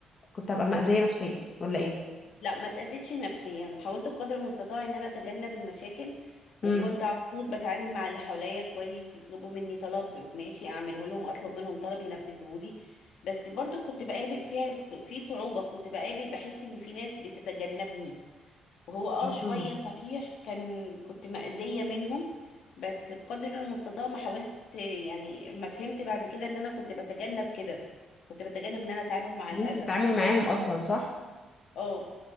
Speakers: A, on the left; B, on the left.
A: كنت هبقى مأذية نفسيا ولا ايه
B: لا ما تأذيتش نفسيا حاولت بقدر المستطاع ان انا اتجنب المشاكل وكنت
A: امم
B: على طول بتعامل مع اللي حواليا كويس يطلبوا مني طلب ماشي اعمله لهم اطلب منهم طلب ينفذه لي بس برضو كنت بقابل فيها الص- في صعوبة كنت بقابل بحس ان في ناس بتتجنبني وهو اه شوية
A: امم
B: صحيح كان كنت مأذية منهم بس بقدر المستطاع ما حاولت يعني ما فهمت بعد كده ان انا كنت بتجنب كده كنت بتجنب ان انا اتعامل مع الأذى
A: ان انتي تتعاملي
B: كنت
A: معاهم
B: بحب
A: اصلا صح
B: اه